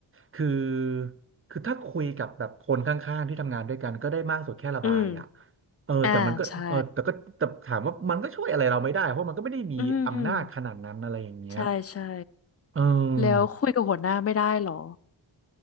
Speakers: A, on the right; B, on the left.
A: คือคือถ้าคุยกับแบบคนข้างๆที่ทำงานด้วยกันก็ได้มากสุดแค่ระบายอ่ะ
B: อืม
A: เออแต่มันก็เออแต่ก็แต่ถามว่ามันก็ช่วยอะไรเราไม่ได้เพราะมันก็ไม่ได้มีอำนาจขนาดนั้นอะไรอย่างเงี้ย
B: อ่าใช่อืมใช่ใช่
A: เออ
B: แล้วคุยกับหัวหน้าไม่ได้เหรอ